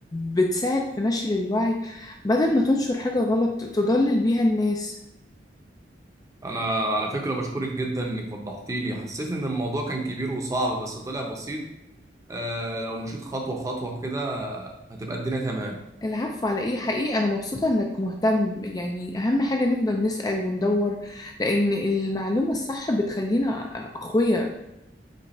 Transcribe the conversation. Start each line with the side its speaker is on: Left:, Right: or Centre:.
Left: بتساعد في نشر الوعي بدل ما تنشر حاجه غلط تضلل بيها الناس
Right: أنا على فكرة بشكرك جدا إنك وضحتي لي حسيت إن الموضوع كان كبير وصعب بس طلع بسيط آه، لو مشيت خطوة خطوة كده آه، هتبقى الدنيا تمام
Left: العفو على ايه حقيقي انا مبسوطه انك مهتم يعني اهم حاجه نفضل نسأل وندور لان المعلومه الصح بتخلينا اقوياء